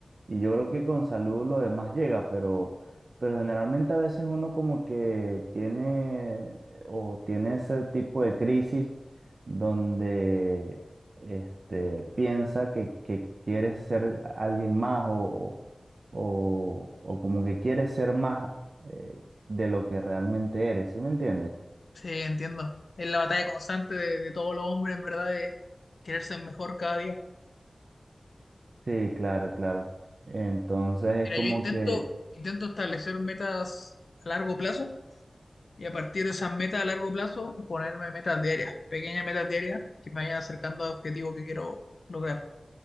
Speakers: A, on the right; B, on the left.
A: y yo creo que con salud lo demás llega, pero, pero generalmente a veces uno como que tiene o tiene ese tipo de crisis donde este, piensa que, que quieres ser alguien más o o, o como que quieres ser más eh, de lo que realmente eres, ¿sí me entiendes?
B: Sí, entiendo. Es la batalla constante de, de todos los hombres, en verdad, de quererse mejor cada día.
A: Sí, claro, claro. Entonces
B: Mira,
A: es como
B: yo intento,
A: que
B: intento establecer metas a largo plazo y a partir de esas metas a largo plazo ponerme metas diarias, pequeñas metas diarias que me vayan acercando al objetivo que quiero lograr.